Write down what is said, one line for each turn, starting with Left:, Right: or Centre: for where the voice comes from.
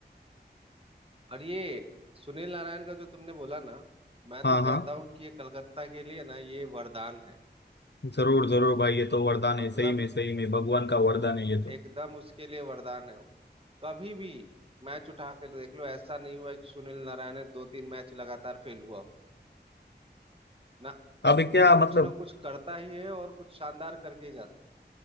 Right: और ये सुनील नारायण का जो तुमने बोला ना मैं
Left: हाँ
Right: तो
Left: हाँ
Right: कहता हूँ कि ये कलकत्ता के लिए ना ये वरदान है
Left: जरूर जरूर भाई ये तो वरदान
Right: मतलब
Left: है सही में सही में भगवान का वरदान है ये तो
Right: एकदम उसके लिए वरदान है कभी भी मैच उठा कर देख लो ऐसा नहीं हुआ कि सुनील नारायण ने दो तीन मैच लगातार फेल हुआ हो। ना
Left: अब क्या
Right: वो
Left: मतलब
Right: कुछ ना कुछ करता ही है और कुछ शानदार करके ही जाता